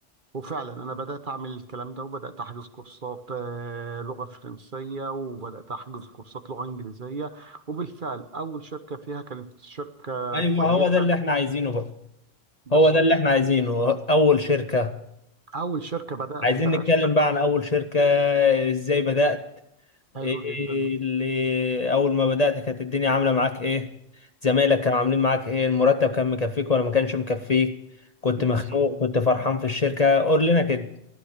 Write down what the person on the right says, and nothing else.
وفعلا انا بدات اعمل الكلام ده وبدات احجز كورسات آه، لغه فرنسيه وبدات احجز كورسات لغه انجليزيه وبالفعل اول شركه فيها كانت شركه
كويسه
بالظبط
اول شركه بدات
بقى
اشتغل
حلو
جدا
بالظبط